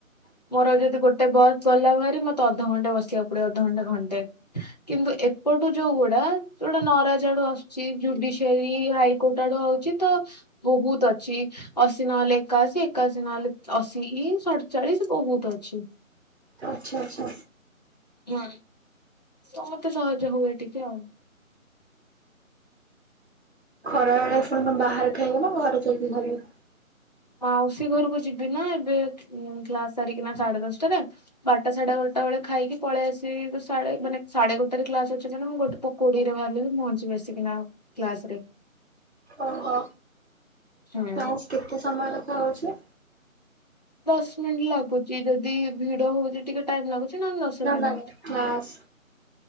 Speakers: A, on the right (about 50°); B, on the left (about 30°).
A: <unintelligible>
B: ମୋର ଯଦି ଗୋଟେ ବସ୍ ଚଲା ଭା ମତେ ଅଧଘଣ୍ଟେ ବସିବାକୁ ପଡିବ ଅଧଘଣ୍ଟେ ଘଣ୍ଟେ କିନ୍ତୁ ଏପଟୁ ଯୋଉ ଗୁଡା ଯୋଉଡ଼ା ନରା ଜ ଆଡୁ ଆସୁଛି ଜୁଡିସିଆରୀ ହାଇକୋର୍ଟ ଆଡୁ ଆଉଚି ତ ବହୁତ ଅଛି ଅଶି ନହେଲେ ଏକାଅଶୀ ଏକାଅଶୀ ନହେଲେ ଅଶି ଇ ସଡଚାଳିଶି। ବହୁତ ଅଛି।
A: ଆଚ୍ଛା ଆଚ୍ଛା।
B: ହୁଁ। ତ ମତେ ସହଜ ହୁଏ ଟିକେ, ଆଉ
A: ଖରା ବେଳେ ଶୁଣି ବାହାରେ ଖାଇବ ନା ଘରେ ଯାଇକି ଧରିବ
B: ମାଉସୀ ଘରକୁ ଯିବି ନା ଏବେ କ୍ଲାସ ସାରିକିନା ସାଢେ ଦଶଟାରେ, ବାରଟା ସାଢେ ବାରଟା ସେତେବେଳେ ଖାଇକି ପଳେଇ ଆସିବି, ମାନେସାଢେ ଗେ। ଟେରେ କ୍ଲାସ ଅଛି ମାନେ, ମୁଁ ଗୋଟେ କୋଡିଏରେ ବାହାରିଲେବି ପହଞ୍ଚି ପାରିବି। ନା କ୍ଲାସରେ
A: ଓହୋ
B: ହୁଁ।
A: କ୍ଲାସ କେତେ ସମୟ ଲଖା ହଉଛି?
B: ଦଶ ମିନିଟ ଲାଗୁଛି ଯଦି ଭିଡ ହଉଛି, ଟିକେ ଟାଇମ ଲାଗୁଛି। ନହେଲେ ଦଶ
A: ନା
B: ମିନିଟ୍।
A: ନା କ୍ଲାସ୍